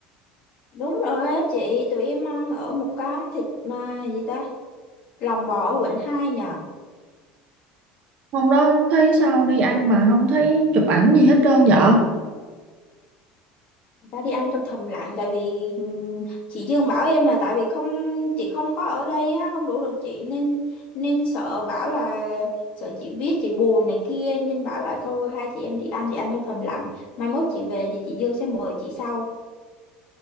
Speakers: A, on the left; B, on the right.
A: Đúng rồi á chị, tụi em ăn ở một quán thịt mà gì ta, lòng bò ở quận 2 nhờ.
B: Hôm đó thấy sao đi ăn mà không thấy chụp ảnh gì hết trơn vậy?
A: Người ta đi ăn trong thầm lặng tại vì ừ, chị Dương bảo em là tại vì không chị không có ở đây á, không rủ được chị nên nên sợ bảo là sợ chị biết chị buồn này kia nên bảo là thôi hai chị em đi ăn thì ăn trong thầm lặng. Mai mốt chị về thì chị Dương sẽ mời chị sau.